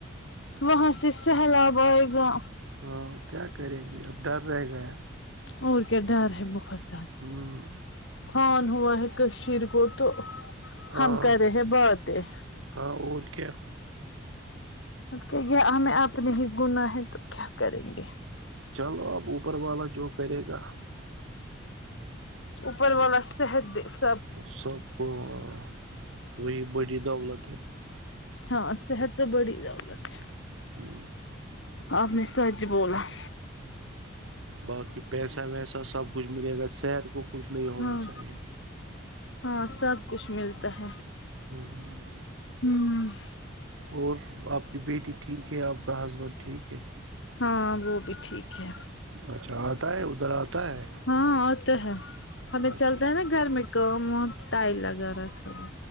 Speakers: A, on the left (about 65°); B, on the right (about 75°).
A: وہاں سے سہلاب آئے گا
B: ہاں کیا کریں گے اب ڈر رہ گیا
A: اور کیا ڈر ہے بہت زیادہ
B: ہمم
A: فان ہوا ہے کشیر کو تو
B: ہاں
A: ہم کرے رہے ہیں باتیں
B: ہاں اور کیا
A: دیکھیے ہمیں اپنے ہی گنا ہے تو کیا کریں گے
B: چلو اب اوپر والا جو کرے گا
A: اوپر والا صحت دے سا
B: سب کو وا وہی بڑی دولت ہے
A: ہاں صحت تو بڑی دولت ہے
B: امم
A: آپ نے سچ بولا یہ
B: باقی پیسہ ویسا سب کچھ ملے گا صحت کو کچھ نہیں ہونا
A: ہاں
B: چاہیے
A: ہاں سب کچھ ملتا ہے
B: امم
A: امم
B: اور آپ کی بیٹی ٹھیک ہے آپ کا ہسبینڈ ٹھیک ہے
A: ہاں وہ بھی ٹھیک ہے
B: اچھا آتا ہے ادھر آتا ہے
A: ہاں آتے ہے ہمیں
B: اچھا
A: چلتا ہے نا گھر میں کام واں ٹائل لگا رہا تھا ہے